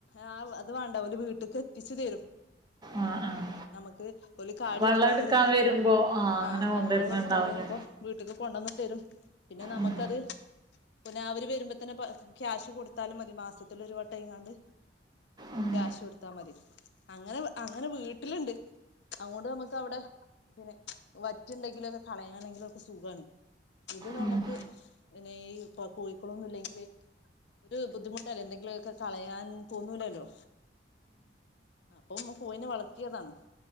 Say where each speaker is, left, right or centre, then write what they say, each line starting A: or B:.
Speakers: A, on the left; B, on the right.
A: ആഹ് അത് വേണ്ട വീട്ട്ക്ക് എത്തിച്ച് തരും
B: ആഹ് ആഹ്
A: നമക്ക് ഓൽ കാടി
B: വള്ളം
A: ടുക്കാൻ
B: എടുക്കാൻ
A: വരുമ്പോ
B: അങ്ങനെ
A: ആഹ്
B: കൊണ്ടുവരുന്നുണ്ടാവൂലേ
A: കഞ്ഞി വെള്ളം എടുക്കാ വരുബം വീട്ട്ക്ക് കൊണ്ടന്ന്തരും പിന്നെ നമുക്കത്
B: ഉം
A: പിന്നെ അവര് വരുമ്പോത്തന്നെ ക്യാഷ് കൊടുത്താലും മതി മാസത്തിലരു വട്ടം ആയികണ്ട്
B: ഉം
A: ക്യാഷ് കൊടുത്താ മതി അങ്ങനെ അങ്ങനെ വീട്ടിൽ ണ്ട് അതുകൊണ്ട് നമുക്ക് അവിടെ പിന്നെ വറ്റുണ്ടെങ്കിൽ കളയാ യാണെങ്കിൽ ക്കെ സുഖാണ് ഇത് നമക്ക്
B: ഉം
A: പിന്നെ ഈ കോഴിക്കളൊന്നും ഇല്ലെങ്കില് ഒരു ബുദ്ധിമുട്ടല്ലേ എന്തെങ്കിലൊക്കെ കളയാൻ തോന്നൂലല്ലോ അപ്പം മ്മ കോഴിനേ വളതിയതാണ്